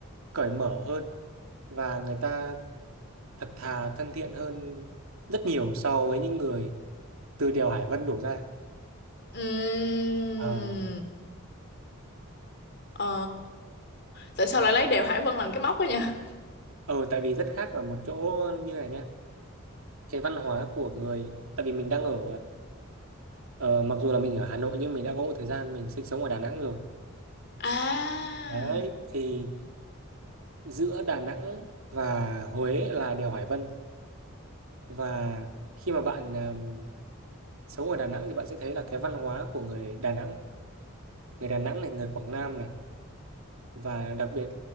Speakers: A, on the right; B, on the left.
A: cởi mở hơn và người ta thật thà thân thiện hơn rất nhiều so với những người từ đèo Hải Vân đổ ra
B: Ừm,
A: ờ
B: ờ, tại sao lại lấy đèo Hải Vân làm cái móc ấy nha
A: ờ tại vì rất khác ở một chỗ như này nhá cái văn hóa của người tại vì mình đang ở ờ, ờ, mặc dù là mình ở Hà Nội nhưng mình đã có một thời gian mình sinh sống ở Đà Nẵng rồi
B: à
A: đấy thì giữa Đà Nẵng và Huế là đèo Hải Vân và khi mà bạn um, sống ở Đà Nẵng thì bạn sẽ thấy là cái văn hóa của người Đà Nẵng người Đà Nẵng này người Quảng Nam này và đặc biệt